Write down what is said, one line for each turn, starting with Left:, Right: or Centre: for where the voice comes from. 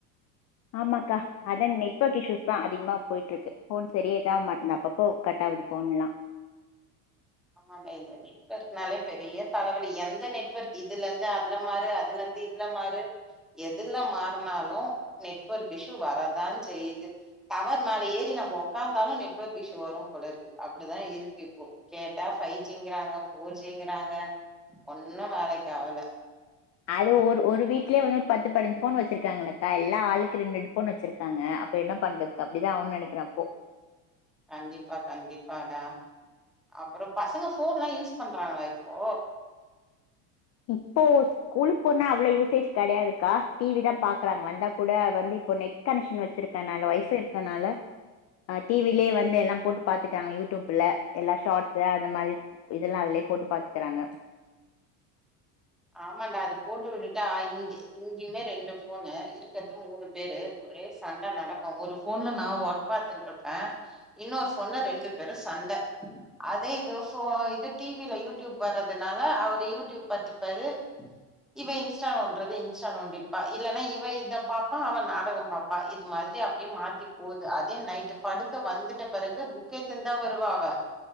Left: ஆமாக்கா அதா நெட்வொர்க் இஷ்ஷுஸ் தா அதிகமா போய்ட்ருக்கு ஃபோன் செரியா இதாக் மாட்டுன்து அப்பப்போ கட்டாகுது ஃபோன் எல்லா
Centre: ஆமான்டா இதான நெட்வொர்க்னாலே பெரிய தலவலி எந்த நெட்வொர்க் இதுலர்ந்து அதுல மாற அதுலர்ந்து இதுல மாறு எதுல மாறுனாலு நெட்வொர்க் இஷ்ஷு வரதாஞ்செய்யிது டவர் மேல ஏறி நம்ம ஒக்காந்தாலு நெட்வொர்க் இஷ்ஷு வரும்போலருக்கு அப்பிடிதா இருக்கு இப்போ கேட்டா ஃபை ஜி ங்கறாங்க ஃபோர் ஜி ங்கறாங்க ஒன்னு வேலைக் ஆவல
Left: அது ஒரு ஒரு வீட்லே வந்து ஒரு பத்து பதினஞ்சு ஃபோன் வெச்சிருக்காங்கல்லக்கா எல்லா ஆளுக்கு ரெண் ரெண்டு ஃபோன் வெச்சிருக்காங்க அப்ப என்ன பண்றது அப்டிதா ஆவுன் நெனைக்கிறே அப்போ
Centre: கண்டிப்பா கண்டிப்பாடா அப்பறோ பசங்க ஃபோன்லா யூஸ் பண்றாங்களா இப்போ
Left: இப்போ ஸ்கூலுக் போனா அவ்ளோ யூசேஜ் கெடையாதுக்கா டி வி தா பாக்கறாங் வந்தா கூட வந்து இப்ப நெட் கனெக்ஷன் வெச்சிருக்கனால ஒய்ஃபை இருக்கனால அ டி வி லே வந்து எல்லா போட்டு பாத்துக்றாங்க யூடியூபுல எல்லா ஷாட்ஸ்ஸு அந்த மாரி இதெல்லா அதுலே போட்டு பாத்துக்கறாங்க
Centre: ஆமான்டா அத போட்டு விட்டுட்டா இங்க இங்கயுமே ரெண்டு ஃபோனு இருக்கற்து மூணு பேரு ஒரே சண்ட நடக்கு ஒரு ஃபோன்ல நா ஒர்க் பாத்துன்ருப்பே இன்னோர் ஃபோன்ல ரெண்டு பேரு சண்ட அதே இது ஃபோ இது டி வி ல யூடியூப் வரதுனால அவரு யூடியூப் பாத்துப் பாரு இவ இன்ஸ்ட்டா நோண்றது இன்ஸ்ட்டா நோண்டிர்ப்பா இல்லனா இவ இத பாப்பா அவ நாடகம் பாப் பா இது மாதிரி அப்டியே மாத்தி போது அதே நைட்டு் படுக்க வந்துட்ட பெறகு புக் எத் துன் தா வருவா அவ